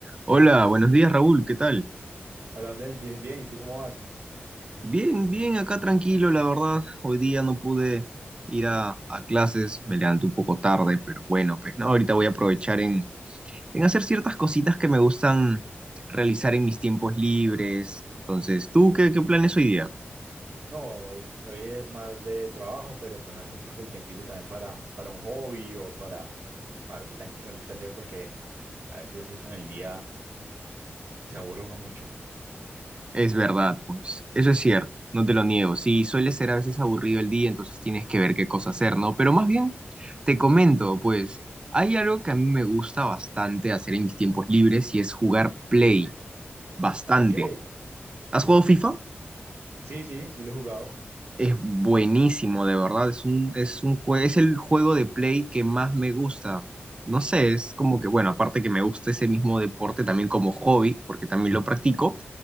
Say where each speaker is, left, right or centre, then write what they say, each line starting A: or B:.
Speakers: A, on the right (about 25°); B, on the right (about 70°).
A: Hola, buenos días Raúl, ¿qué tal?
B: Hola Abdel, bien, bien, ¿y tú cómo vas?
A: Bien, bien, acá tranquilo, la verdad. Hoy día no pude ir a, a clases, me levanté un poco tarde, pero bueno, pues no, ahorita voy a aprovechar en, en hacer ciertas cositas que me gustan realizar en mis tiempos libres. Entonces, ¿tú qué, qué planes hoy día?
B: No, hoy, hoy es más de trabajo, pero pues a veces saco el tiempito también para, para un hobby o para, para algo que también que me gusta hacer porque a veces eso en el día se aburre uno mucho.
A: Es verdad, pues, eso es cierto, no te lo niego. Sí, suele ser a veces aburrido el día, entonces tienes que ver qué cosa hacer, ¿no? Pero más bien, te comento, pues, hay algo que a mí me gusta bastante hacer en mis tiempos libres y es jugar Play.
B: Sí,
A: bastante.
B: ok.
A: ¿Has jugado FIFA?
B: Sí, sí, sí lo he jugado.
A: Es buenísimo, de verdad.
B: <laughs>
A: Es un, es un jue- es el juego de play que más me gusta. No sé, es
B: Ujú.
A: como que, bueno, aparte que me gusta ese mismo deporte también como hobby, porque también lo
B: Ujú.
A: practico,